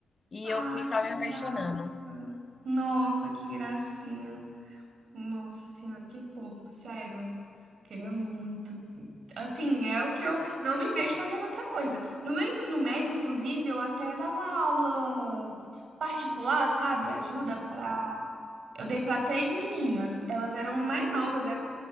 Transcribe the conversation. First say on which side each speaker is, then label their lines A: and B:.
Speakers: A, on the left; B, on the right.
A: E
B: Ah,
A: eu fui só
B: que
A: me
B: graça.
A: apaixonando.
B: Nossa, que gracinha. Nossa senhora, que fofo, sério. Queria muito. Assim, é o que eu não me vejo fazendo outra coisa. No meu ensino médio, inclusive, eu até dava aula particular, sabe? Ajuda para. Eu dei para três meninas. Elas eram mais novas,